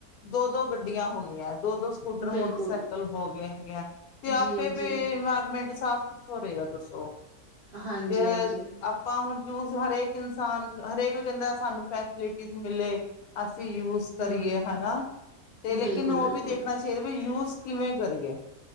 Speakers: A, on the left; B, on the right.
A: ਦੋ ਦੋ ਗੱਡੀਆਂ ਹੋ ਗਈਆਂ ਹੈ। ਦੋ ਦੋ ਸਕੂਟਰ
B: ਬਿਲਕੁਲ
A: ਮੋਟਰਸਾਈਕਲ ਹੋ ਗਏ ਹੈਗੀਆਂ ਤੇ ਆਪੇ
B: ਜੀ ਜੀ
A: ਵੀ ਇਨਵਾਇਰਮੈਂਟ। ਸਾਫ਼ ਕਿੱਥੋ ਹੋਏ ਗਾ ਦੱਸੋ
B: ਹਾਂਜੀ
A: ਜੇ
B: ਹਾਂਜੀ
A: ਆਪਾਂ ਹੁਣ? ਯੂਜ ਹਰੇਕ ਇਨਸਾਨ ਹਰੇਕ ਕਹਿੰਦਾ ਸਾਨੂੰ ਫੈਸਿਲਿਟੀ ਮਿਲੇ। ਅਸੀਂ ਯੂਜ ਕਰੀਏ
B: ਹੂੰ ਹੂੰ
A: ਹਨਾ ਤੇ ਲੇਕਿਨ
B: ਬਿਲਕੁਲ
A: ਉਹ
B: ਬਿਲਕੁਲ
A: ਵੀ ਦੇਖਣਾ ਚਾਹੀਦਾ ਵੀ ਯੂਜ। ਕਿਵੇਂ ਕਰੀਏ?